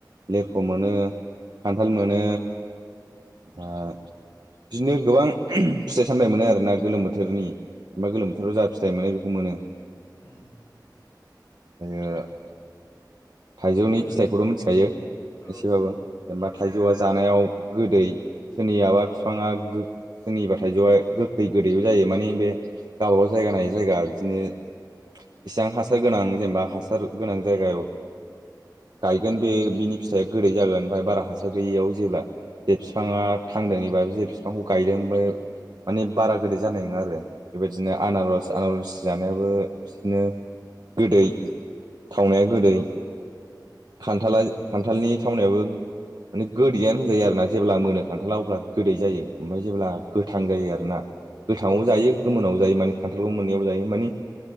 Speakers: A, on the right; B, on the left.
A: लेरख
B: औ
A: मोनो खान्थाल
B: औ
A: मोनो।
B: उम
A: ओ बिदिनो गोबां फिथाइ सामथाय मोनो आरोना गोलोम बोथोरनि एबा गोलोम बोथोराव जा फिथाइ मोनो मोनो
B: ओम
A: <unintelligible> थाइजौनि
B: गोलो
A: फिथाइखौथ' मिथिखायो
B: औ
A: एसेबाबो जेनेबा
B: औ
A: थाइजौआ
B: नंगौ
A: जानायाव
B: उम औ
A: गोदै सोरनियाबा बिफाङा गो सोरनिबा थाइजौआ गो खै गोदैबो जायो माने बे गावबागाव जायगा नायै जायगा बिदिनो इसेबां हासार गोनां जेनेबा हासार गोनां जायगायाव गायगोन बे बिनि फिथाइया गोदै जागोन ओमफ्राय बारा हासार गैयियाव जेब्ला जे बिफाङा थांदों एबा जे बिफांखौ गायदों ओमफ्राय माने बारा गोदै जानाय नङा आरो। बेबायदिनो आनारस आनारस जानायाबो बिदिनो गोदै। थावनाया गोदै
B: औ उम
A: खान्थाला खान्थालनि थावनायाबो माने गोदैयानो होनजायो आरोना जेब्ला मोनो खान्थाला अब्ला गोदै जायो। ओमफ्राय जेब्ला गोथां
B: उम
A: जायो आरोना गोथाङाव जायो
B: औ उम
A: गोमोनाव जायो माने खान्थालखौ मोननैयावबो जायो माने